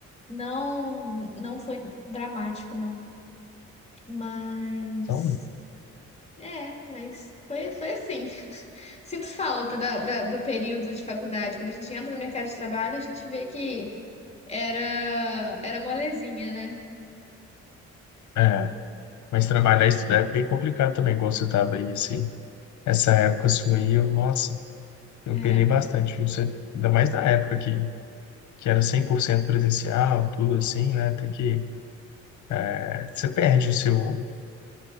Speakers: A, on the left; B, on the left.
A: Não, não foi dramático, não. Mas.
B: Então,
A: É, mas foi, foi assim. <laughs> Sinto falta da, da- do período de faculdade. Quando a gente entra no mercado de trabalho, a gente vê que era, era molezinha, né?
B: é. Mas trabalhar e estudar é bem complicado também, igual você estava aí, assim essa época sua aí, eu, nossa, eu
A: É,
B: penei bastante, viu? Você, ainda mais na época que, que era 100% presencial, tudo assim, né? Tem que, é, você perde o seu,